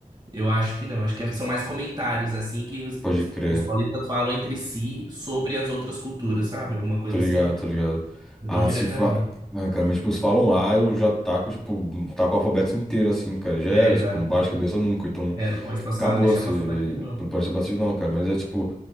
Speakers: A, on the right; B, in the centre.
A: eu acho que não. Acho que são mais comentários assim que os, os,
B: Pode crer.
A: os paulistas falam entre si sobre as outras culturas, sabe? Alguma coisa
B: Tô ligado,
A: assim,
B: tô ligado.
A: mas
B: Ah,
A: não diretamente.
B: se fa... Ah, cara, mas, tipo, se falam A, eu já taco, tipo, taco o alfabeto inteiro, assim, cara. Já
A: É,
B: era,
A: exato,
B: tipo, não bate
A: exato.
B: cabeça nunca. Então,
A: É, não pode passar,
B: acabou,
A: deixar
B: se...
A: passar batido, não.
B: Pode ser batido não, cara. Mas é, tipo,